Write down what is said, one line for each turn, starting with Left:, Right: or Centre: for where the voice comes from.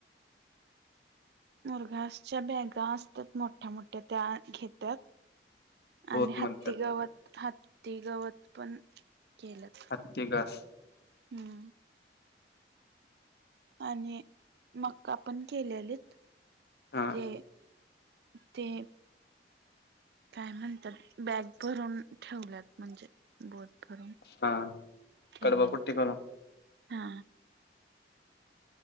Right: मुरघासगच्या बॅगा असतात मोठ्या मोठ्या त्या घेत्यात.
Left: भोत
Right: आणि हत्ती
Left: म्हणतात
Right: गवत
Left: त्याला
Right: हत्ती गवत पण केल्यात.
Left: हत्ती घास.
Right: हम्म. आणि मका पण केलेलीत.
Left: हा.
Right: ते ते. काय म्हणतात बॅग भरून ठेवल्यात म्हणजे. बोध भरून
Left: हा
Right: ठेवलेलीत
Left: कडवा कुट्टी करून
Right: हा.